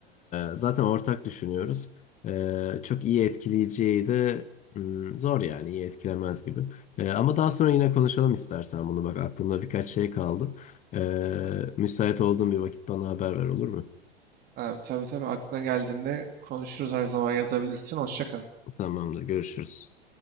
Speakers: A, on the left; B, on the right.
A: e, zaten ortak düşünüyoruz. E, çok iyi etkileyeceği de hmm, zor yani iyi etkilemez gibi. E, ama daha sonra yine konuşalım istersen bunu. Bak aklımda birkaç şey kaldı. E, müsait olduğun bir vakit bana haber ver olur mu?
B: Abi, tabii tabii aklına geldiğinde konuşuruz her zaman yazabilirsin. Hoşça kal.
A: Tamamdır görüşürüz.